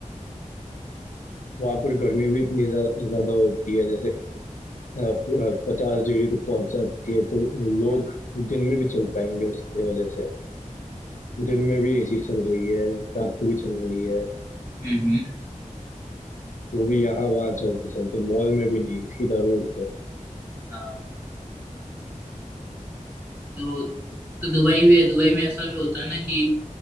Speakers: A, on the left; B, in the centre.
A: वहां पर गर्मी भी इतनी ज्या- ज्यादा होती है जैसे पचास डिग्री तक पहुंच जाती है तो लोग दिन में भी चल पाएंगे उसकी वजह से दिन में भी एसी चल रही है रात को भी चल रही है
B: हम्म हम्म,
A: वो भी यहाँ वहाँ चलते चलते मॉल में भी नहीं सीधा रोड पे
B: हाँ तो तो दुबई भी है दुबई में ऐसा भी होता है ना कि